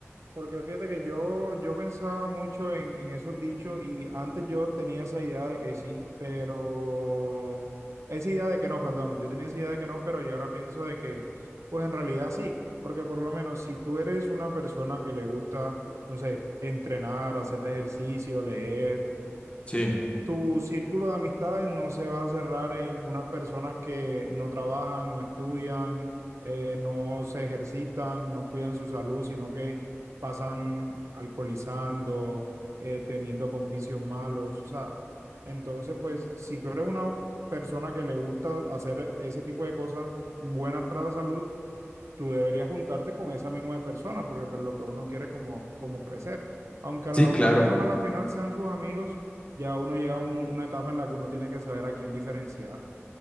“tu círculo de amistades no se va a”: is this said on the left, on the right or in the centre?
Right